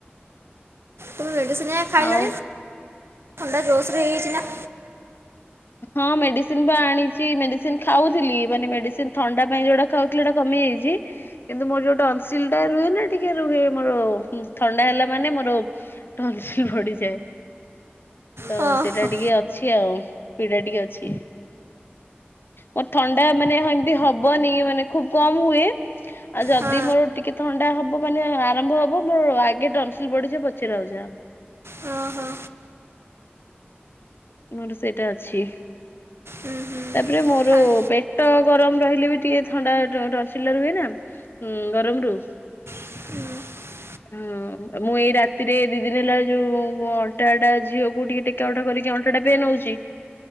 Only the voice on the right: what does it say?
ତୁମେ ମେଡିସିନ୍ ଆ ଖାଇଲଣି
ଥଣ୍ଡା ଜୋର୍ ସୋର ରେ ହେଇଯାଇଛି ନା?
ହଁ
ହଁ
ହଁ
ହଁ ହଁ
ହୁଁ
ହୁଁ
ଖାଇ
ହୁଁ।